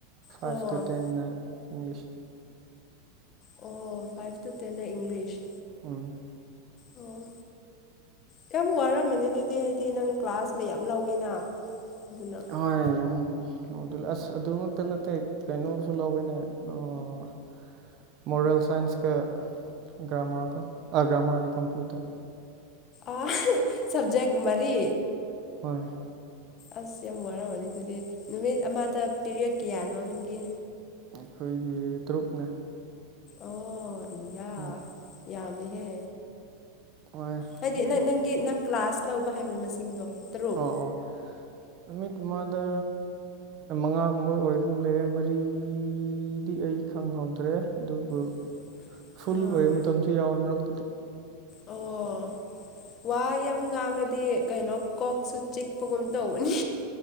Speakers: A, on the right; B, on the left.
A: ꯐꯥꯏꯚ
B: ꯑꯣ
A: ꯇꯨ ꯇꯟꯅ ꯏꯪꯂꯤꯁ
B: ꯑꯣ ꯐꯥꯏꯚ ꯇꯨ ꯇꯦꯟꯅ ꯏꯪꯂꯤꯁ
A: ꯎꯝ
B: ꯑꯣ ꯀꯌꯥꯝ ꯋꯥꯔꯝꯃꯅꯤ ꯑꯗꯨꯗꯤ ꯍꯥꯏꯗꯤ ꯅꯪ ꯀ꯭ꯂꯥꯁ ꯃꯌꯥꯝ ꯂꯧꯋꯦꯅ ꯑꯗꯨꯅ
A: ꯍꯍꯣꯏ ꯌꯥꯝ ꯑꯣ ꯑꯗꯨ ꯑꯁ ꯑꯗꯨꯃꯛꯇ ꯅꯠꯇꯦ ꯀꯩꯅꯣꯁꯨ ꯂꯧꯕꯅꯦ ꯑꯣ ꯃꯣꯣꯔꯦꯜ ꯁꯥꯏꯟꯁꯀ ꯭ꯔꯝꯔ ꯀꯒ꯭ꯔꯝꯔ ꯍꯥꯏ ꯀꯝꯄꯌꯨꯇꯔ
B: ꯑ ꯁꯞꯖꯦꯛ ꯃꯔꯤ
A: ꯍꯣꯏ
B: ꯑꯁ ꯌꯥꯝ ꯋꯥꯔꯝꯃꯅꯤ ꯑꯗꯨꯗꯤ ꯅꯨꯃꯤꯠ ꯑꯃꯗ ꯄꯤꯔꯌꯠ ꯀꯌꯥꯅꯣ ꯅꯪꯒꯤ
A: ꯑꯩꯈꯣꯏꯒꯤ ꯇꯔꯨꯛꯅ
B: ꯑꯣ ꯏꯌꯥ
A: ꯎꯝ
B: ꯌꯥꯝꯃꯦꯍꯦ
A: ꯍꯣꯏ
B: ꯍꯥꯏꯗꯤ
A: ꯑꯗꯨꯝ
B: ꯅꯪ ꯅꯪꯒꯤ ꯅꯪ ꯀ꯭ꯂꯥꯁ ꯂꯧꯕ ꯍꯥꯏꯕ ꯃꯁꯤꯡꯗꯣ ꯇꯔꯨꯛ
A: ꯑꯣ ꯑꯣꯃꯤ ꯃꯗ ꯃꯉꯥꯒꯨꯝꯕ ꯑꯣꯏꯕ ꯂꯩꯦ ꯃꯔꯤꯗꯤ ꯑꯩ ꯈꯪꯍꯧꯗ꯭ꯔꯦ ꯑꯗꯨꯕꯨ
B: <unintelligible>
A: ꯐꯨꯜ
B: ꯑꯥ
A: ꯑꯣꯏꯕ ꯃꯇꯝꯁꯨ ꯌꯥꯎꯋꯦ ꯃꯔꯛꯇꯨꯗꯤ
B: ꯑꯣ ꯋꯥ ꯌꯥꯝ ꯉꯥꯡꯉꯗꯤ ꯀꯩꯅꯣ ꯀꯣꯛꯁꯨ ꯆꯤꯛꯄꯒꯨꯝ ꯇꯧꯕꯅꯤ